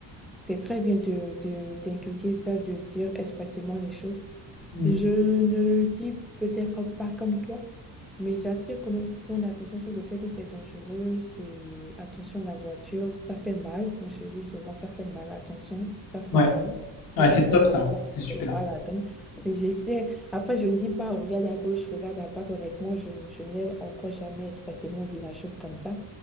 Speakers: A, in the centre; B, on the left.
A: c'est très bien de, de- d'inculquer ça, de dire expressément les choses.
B: Mm.
A: Je ne le dis peut-être pas comme toi, mais j'attire quand même son attention sur le fait que c'est dangereux, c'est attention la voiture, ça fait mal. Moi, je dis souvent, ça fait mal, attention, ça fait
B: Ouais,
A: mal.
B: ouais,
A: Et ça
B: c'est
A: fait
B: top ça,
A: mal.
B: c'est super.
A: Et voilà, donc j'essaie. Après, je ne dis pas, regarde à gauche, regarde à droite. Honnêtement, je, je n'ai encore jamais expressément dit la chose comme ça.